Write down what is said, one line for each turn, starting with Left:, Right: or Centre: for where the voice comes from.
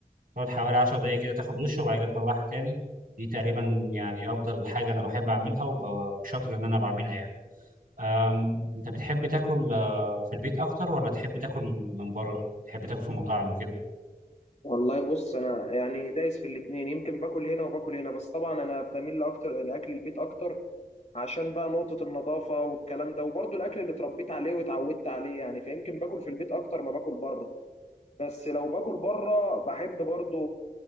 Right: تقعد حوالي 10 دقائق كده تاخد وش وبعد كده تطلعها تاني دي تقريبا يعني افضل حاجه انا بحب اعملها وبشاطر ان انا بعملها يعني آم، انت بتحب تاكل آه، في البيت اكتر ولا تحب تاكل من بره تحب تاكل في المطاعم وكده
Left: والله بص انا يعني دايس في الاتنين يمكن باكل هنا وباكل هنا بس طبعا انا بميل اكتر لاكل البيت اكتر عشان بقى نقطة النظافة والكلام ده وبرضه الاكل اللي اتربيت عليه واتعودت عليه يعني فيمكن باكل في البيت اكتر ما باكل بره بس لو باكل بره بحب برضه